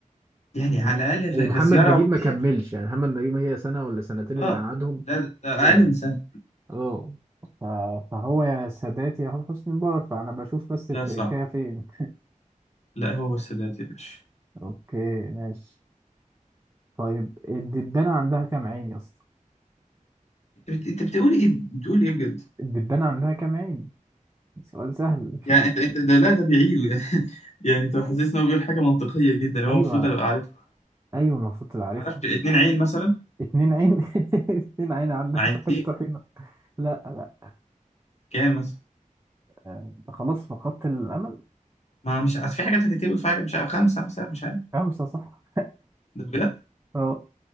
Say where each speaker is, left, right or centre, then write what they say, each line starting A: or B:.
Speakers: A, on the left; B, on the right.
A: يعني
B: و-
A: على الاقل
B: ومحمد
A: في- كزياره
B: نجيب
A: وديه
B: ما كملش يعني محمد نجيب هي سنه ولا سنتين اللي
A: اه
B: قعدهم
A: لا ده ده
B: و
A: اقل من سنه
B: اه ف- فهو يا سادات يا حسني مبارك فأنا بشوف بس التركية
A: لا صح
B: فين
A: لا هو السادات يا باشا
B: أوكي ماشي طيب الدبانة عندها كام عين يا اسطى؟
A: انت بت- أنت بتقول ايه بتقول ايه بجد
B: الدبانة عندها كام عين؟ سؤال سهل
A: يعني انت انت ده لا ده بيعيده يعني <laughs> يعني انت حاسس ان هو بيقول حاجه منطقيه جدا هو
B: أيوة
A: المفروض ابقى عارفها
B: أيوة المفروض تبقى عارفها
A: ما اعرفش اتنين عين مثلا
B: اتنين عين <laughs> اتنين عين عندك
A: عينتين
B: واحد طحينة لا لا
A: كام مثلا
B: أنت خلاص فقدت الأمل
A: ما مش عارف في حاجات هتتقبل في حاجات مش عارف خمسه مثلا مش عارف
B: خمسة صح
A: ده بجد
B: أه